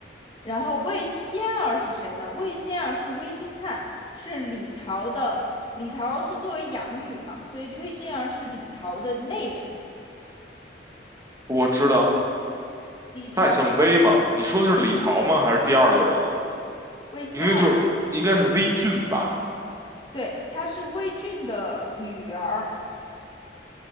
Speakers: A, on the left; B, on the right.
A: 然后魏仙儿是谁呢？魏仙儿是魏新灿，是李桃的。李桃是作为养女嘛，所以魏仙儿是李桃的妹妹。
B: 我知道。
A: 李桃，
B: 他也姓魏嘛？你说的是李桃吗？
A: 嗯，
B: 还是第二个人啊？
A: 魏仙儿，
B: 明明就是应该是微俊吧，
A: 对，她是魏俊的女儿，